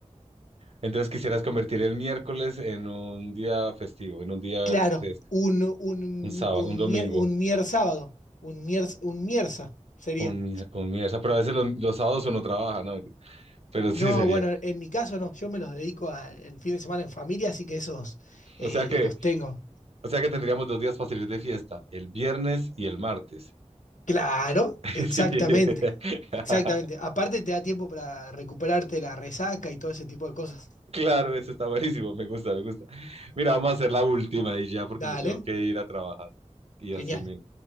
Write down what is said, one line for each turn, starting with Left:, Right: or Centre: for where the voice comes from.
Right: Entonces quisieras convertir el miércoles en un día festivo, en un día
Left: Claro,
Right: de des-
Left: un, un,
Right: un sábado,
Left: un,
Right: un domingo,
Left: mier, un mier sábado, un mier, un mierza sería.
Right: un, mier- un miércoles. Pero a veces los, los sábados uno trabaja, ¿no? Pero sí
Left: No,
Right: sería.
Left: bueno, en mi caso no, yo me los dedico a- el fin de semana en familia, así que esos eh,
Right: O sea que
Left: los tengo.
Right: O sea que tendríamos dos días fáciles de fiesta, el viernes y el martes.
Left: Claro,
Right: <laughs>
Left: exactamente,
Right: Sí. <laughs>
Left: exactamente. Aparte te da tiempo para recuperarte la resaca y todo ese tipo de cosas.
Right: Claro, eso está buenísimo, me gusta, me gusta. Mira, vamos a hacer la última y ya porque
Left: Dale,
Right: me tengo que ir a trabajar y
Left: genial.
Right: así me,